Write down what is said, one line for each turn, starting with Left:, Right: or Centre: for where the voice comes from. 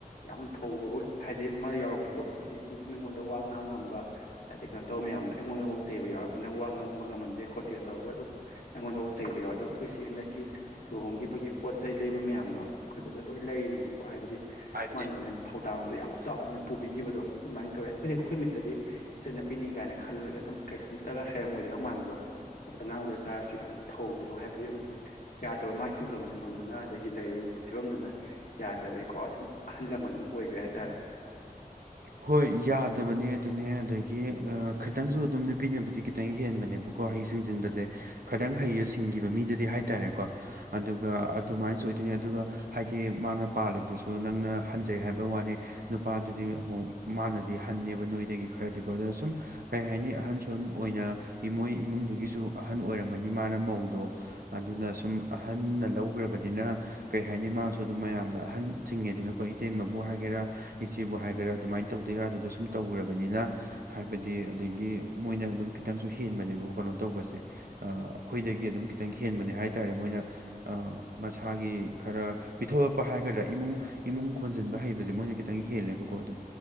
Left: ꯌꯥꯝ ꯊꯧꯕꯒ ꯍꯥꯏꯗꯤ ꯑꯃ ꯌꯥꯎꯔꯛꯄꯗꯣ ꯍꯥꯏꯗꯤ ꯃꯤꯉꯣꯟꯗ ꯋꯥ ꯉꯥꯡꯉꯝꯕ ꯍꯥꯏꯗꯤ ꯀꯩꯅꯣ ꯇꯧꯕ ꯃꯌꯥꯝꯗꯣ ꯑꯩꯉꯣꯟꯗ ꯍꯧ ꯆꯩꯕ ꯌꯥꯎꯔꯕꯅꯤꯅ ꯋꯥ ꯉꯥꯡꯕ ꯕ ꯉꯝꯍꯟꯗꯦ ꯈꯣꯠꯇꯦ ꯇꯧꯔꯒ ꯑꯗꯨꯝ ꯑꯩꯉꯣꯟꯗꯐꯧ ꯆꯩꯕ ꯌꯥꯎꯋꯦ ꯑꯗꯣ ꯑꯩꯈꯣꯏ ꯆꯦ ꯍꯟꯗꯛꯀꯤ ꯂꯨꯍꯣꯡꯈꯤꯕꯒꯤ ꯄꯣꯠ ꯆꯩ ꯂꯩꯕ ꯃꯌꯥꯝꯗꯣ ꯈꯣꯏꯕꯦꯅ ꯂꯣꯏ ꯂꯩꯔꯤꯅꯦꯕꯀꯣ ꯍꯥꯏꯕꯗꯤ
Right: ꯍꯥꯏꯕꯗꯤ
Left: ꯃꯥꯅ ꯑꯣꯏꯅ ꯊꯧꯗꯥꯡꯗꯣ ꯌꯥꯝ ꯆꯥꯎꯅ ꯄꯨꯕꯤꯈꯤꯕꯗꯣ ꯑꯗꯨꯃꯥꯏꯅ ꯇꯧꯋꯦ ꯑꯈꯣꯏꯅ ꯈꯣꯏ ꯃꯤꯠꯇꯗꯤ ꯆꯠꯅꯄꯤꯅꯤ ꯀꯥꯏꯅ ꯈꯜꯂꯒ ꯑꯗꯨꯝ ꯀꯩꯁꯨꯝꯇꯒ ꯍꯩꯔꯝꯃꯣꯏꯗꯕ ꯃꯥꯟꯕꯗꯣ꯫ ꯍꯩꯗꯤ ꯑꯉꯥꯡ ꯑꯣꯏꯗ ꯇꯥꯔꯁꯨ ꯌꯥꯝ ꯊꯧꯕꯗꯣ ꯍꯥꯏꯕꯗꯤ ꯌꯨꯝ ꯌꯥꯗꯕ ꯃꯥꯏ ꯆꯤꯟꯐꯝ ꯆꯤꯟꯐꯝꯗꯨꯅ ꯑꯗꯒꯤ ꯂꯩꯔꯨꯔꯤꯕ ꯐꯤꯕꯝꯗꯨꯅ ꯌꯥꯗꯕꯒꯤꯀꯣ ꯑꯗꯨꯝ ꯑꯍꯟ ꯂꯃꯟ ꯑꯗꯨꯝ ꯑꯣꯏꯈ꯭ꯔꯦ ꯍꯥꯏꯇꯥꯔꯦ꯫
Right: ꯍꯣꯏ ꯌꯥꯗꯕꯅꯦ ꯑꯗꯨꯅꯦ ꯑꯗ ꯒꯤ ꯑ ꯈꯤꯇꯪꯁꯨ ꯑꯗꯨꯝ ꯅꯨꯄꯤꯅꯕꯨꯗꯤ ꯈꯤꯇꯪ ꯍꯦꯟꯕꯅꯦꯕꯀꯣ ꯍꯩ ꯁꯤꯡꯖꯤꯟꯕꯁꯦ꯫ ꯈꯤꯇꯪ ꯍꯩ ꯁꯤꯡꯈꯤꯕ ꯃꯤꯗꯗꯤ ꯍꯥꯏꯇꯥꯔꯦꯀꯣ ꯑꯗꯨꯒ ꯑꯗꯨꯃꯥꯏꯅꯁꯨ ꯑꯣꯏꯗꯣꯏꯅꯤ ꯑꯗꯨꯒ ꯍꯥꯏꯗꯤ ꯃꯥꯅ ꯄꯥꯜꯂꯤꯗꯨꯁꯨ ꯅꯪꯅ ꯍꯟꯖꯩ ꯍꯥꯏꯕ ꯋꯥꯅꯤ ꯅꯨ ꯄꯥꯗꯨꯗꯤ ꯑꯃꯨꯛ ꯃꯥꯅꯗꯤ ꯍꯟꯅꯦꯕ ꯅꯣꯏꯗꯒꯤ ꯈꯔꯗꯤꯀꯣ ꯑꯗꯨꯅ ꯁꯨꯝ ꯀꯩ ꯍꯥꯏꯅꯤ ꯑꯍꯟꯁꯨ ꯑꯎꯝ ꯑꯣꯏꯅ ꯏꯃꯣꯏ ꯏꯃꯨꯡꯗꯨꯒꯤꯁꯨ ꯑꯍꯟ ꯑꯣꯏꯔꯝꯕꯅꯤ ꯃꯥꯅ ꯃꯧꯗꯣ ꯑꯗꯨꯅ ꯁꯨꯝ ꯑꯍꯟꯅ ꯂꯧꯈ꯭ꯔꯕꯅꯤꯅ ꯀꯩ ꯍꯥꯏꯅꯤ ꯃꯥꯁꯨ ꯑꯗꯨꯝ ꯃꯌꯥꯝꯅ ꯑꯍꯟ ꯆꯤꯡꯉꯤꯗꯅꯀꯣ ꯏꯇꯩꯃꯕꯨ ꯍꯥꯏꯒꯦꯔꯥ ꯏꯆꯦꯕꯨ ꯍꯥꯏꯒꯦꯔꯥ ꯑꯗꯨꯃꯥꯏꯅ ꯇꯧꯗ ꯌꯥꯗꯗ ꯁꯨꯝ ꯇꯧꯈ꯭ꯔꯕꯅꯤꯅ꯫ ꯍꯥꯏꯕꯗꯤ ꯑꯗꯒꯤ ꯃꯣꯏꯅ ꯑꯗꯨꯝ ꯈꯤꯇꯪꯁꯨ ꯍꯦꯟꯕꯅꯦꯕ ꯀꯩꯅꯣ ꯇꯧꯕꯁꯦ꯫ ꯑꯩꯈꯣꯏꯗꯒꯤ ꯑꯗꯨꯝ ꯈꯤꯇꯪ ꯍꯦꯟꯕꯅꯦ ꯍꯥꯏ ꯇꯥꯔꯦ ꯑ ꯃꯣꯏꯅ ꯑ ꯃꯁꯥꯒꯤ ꯈꯔ ꯄꯤꯊꯣꯛꯂꯛꯄ ꯍꯥꯏꯒꯗ꯭ꯔꯥ ꯏꯃꯨꯡ ꯏꯃꯨꯡ ꯈꯣꯟꯖꯤꯟꯕ ꯍꯕꯁꯦ ꯃꯣꯏꯅ ꯈꯤ ꯈꯤꯇꯪ ꯍꯦꯜꯂꯦꯕꯀꯣ ꯑꯗꯨꯝ